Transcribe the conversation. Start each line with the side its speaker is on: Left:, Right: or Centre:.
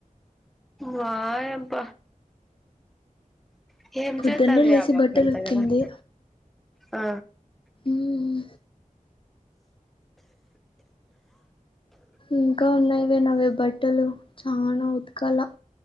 Centre: వాయబ్బ <unintelligible>
Left: పొద్దున్నే
Centre: వే
Left: లేసి
Centre: ఆ పాప
Left: బట్టలు
Centre: అంతగానం
Left: ఉతికింది
Centre: ఆ
Left: మ్మ్ ఇంక ఉన్నాయి వే నవీ బట్టలు చాన ఉతకల